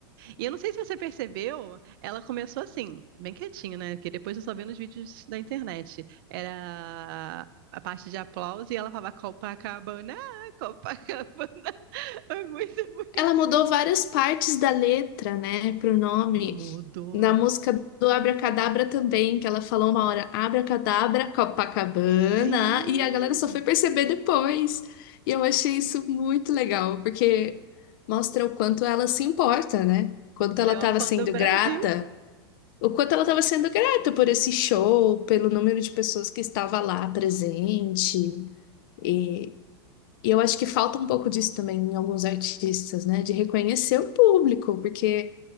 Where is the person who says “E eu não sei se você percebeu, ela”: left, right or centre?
Right